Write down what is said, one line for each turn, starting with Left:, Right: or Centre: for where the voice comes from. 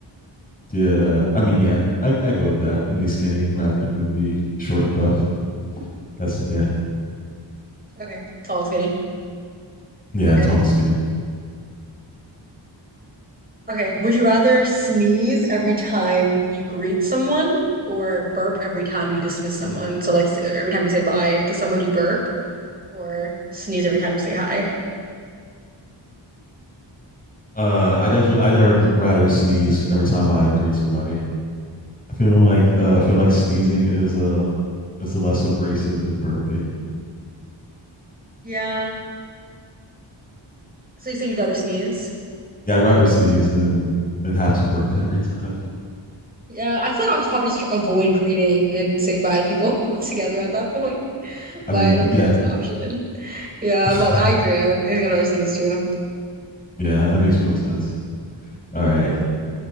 Left: yeah, I mean, yeah, I, I go with that and be skinny rather than be short and buff. That's yeah,
Right: Okay. Tall and skinny.
Left: yeah,
Right: Okay.
Left: tall and skinny.
Right: Okay. Would you rather sneeze every time you greet someone or burp every time you dismiss someone? So like s- every time you say bye to someone you burp or sneeze every time you say hi.
Left: Uh, I definitely I'd rather rather sneeze every time I greet somebody. I feel like uh, I feel like sneezing is a is a less abrasive than burping.
Right: Yeah. So you said you'd rather sneeze?
Left: Yeah, I'd rather sneeze than than have to burp <laughs> every time.
Right: Yeah, I feel like I'll probably just avoid greeting and saying bye to people <laughs> altogether at that point. But
Left: I mean,
Right: I don't think
Left: yeah.
Right: that's an option. Yeah,
Left: <laughs>
Right: but I agree. I think I'd rather sneeze too.
Left: Yeah, that makes
Right: Okay.
Left: more sense. All right.
Right: Yeah.